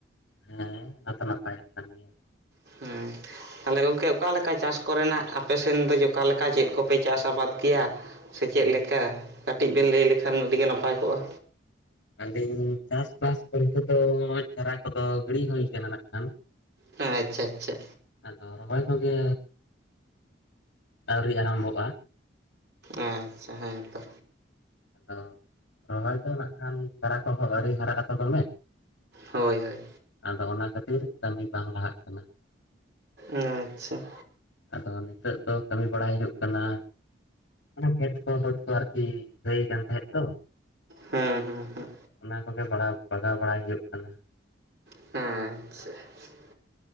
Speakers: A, on the left; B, on the right.
A: ᱦᱮᱸ ᱚᱱᱟ ᱫᱚ ᱱᱟᱯᱟᱭᱚᱜ ᱠᱟᱱ ᱜᱮᱭᱟ᱾
B: <unintelligible> ᱛᱟᱞᱮ ᱜᱚᱢᱠᱮ ᱚᱠᱟ ᱞᱮᱠᱟ ᱪᱟᱥ ᱠᱚ ᱨᱮᱱᱟᱜ ᱟᱯᱮ ᱥᱮᱱ ᱫᱚ ᱚᱠᱟ ᱞᱮᱠᱟ ᱪᱮᱫ ᱠᱚᱯᱮ ᱪᱟᱥ ᱟᱵᱟᱫ ᱜᱮᱭᱟ? ᱥᱮ ᱪᱮᱫ ᱞᱮᱠᱟ ᱠᱟᱹᱴᱤᱡ ᱵᱮᱱ ᱞᱟᱹᱭ ᱞᱮᱠᱷᱟᱱ ᱟᱹᱰᱤ ᱜᱮ ᱱᱟᱯᱟᱭ ᱠᱚᱜᱼᱟ᱾
A: ᱟᱹᱞᱤᱧ ᱪᱟᱥᱵᱟᱥ ᱠᱚᱨᱮ ᱛᱮᱫᱚ ᱪᱟᱨᱟ ᱠᱚᱫᱚ ᱜᱤᱲᱤ ᱦᱩᱭ ᱠᱟᱱᱟ ᱱᱟᱜ ᱠᱷᱟᱱ᱾
B: ᱟᱪᱪᱷᱟ ᱟᱪᱪᱷᱟ᱾
A: ᱟᱫᱚ ᱨᱚᱦᱚᱭ ᱠᱚᱜᱮ ᱟᱹᱣᱨᱤ ᱟᱨᱟᱢᱵᱚᱜᱼᱟ᱾
B: ᱟᱪᱪᱷᱟ ᱦᱮᱸ ᱛᱚ᱾
A: ᱚ ᱨᱚᱦᱚᱭ ᱫᱚ ᱱᱟᱜ ᱠᱷᱟᱱ ᱪᱟᱨᱟ ᱠᱚᱦᱚᱸ ᱟᱹᱨᱤ ᱦᱟᱨᱟᱜ ᱟᱛᱚ ᱫᱚᱢᱮ᱾
B: ᱦᱳᱭ ᱦᱳᱭ᱾
A: ᱟᱫᱚ ᱚᱱᱟ ᱠᱷᱟᱹᱛᱤᱨ ᱠᱟᱹᱢᱤ ᱵᱟᱝ ᱞᱟᱦᱟᱜ ᱠᱟᱱᱟ᱾
B: ᱟᱪᱪᱷᱟ᱾
A: ᱟᱫᱚ ᱱᱤᱛᱚᱜ ᱫᱚ ᱠᱟᱹᱢᱤ ᱵᱟᱲᱟᱭ ᱦᱩᱭᱩᱜ ᱠᱟᱱᱟ᱾ ᱢᱟᱱᱮ ᱠᱷᱮᱛ ᱠᱚ ᱵᱟᱹᱫᱽ ᱠᱚ ᱟᱨᱠᱤ ᱜᱷᱟᱹᱭ ᱠᱟᱱᱟ ᱛᱟᱦᱮᱸᱫ ᱛᱚ᱾
B: ᱦᱮᱸ ᱦᱮᱸ ᱦᱮᱸ᱾
A: ᱚᱱᱟ ᱠᱚᱜᱮ ᱵᱟᱲᱟᱣ ᱵᱟᱜᱟᱣ ᱵᱟᱲᱟᱭ ᱦᱩᱭᱩᱜ ᱠᱟᱱᱟ᱾
B: ᱦᱮᱸ ᱟᱪᱪᱷᱟ᱾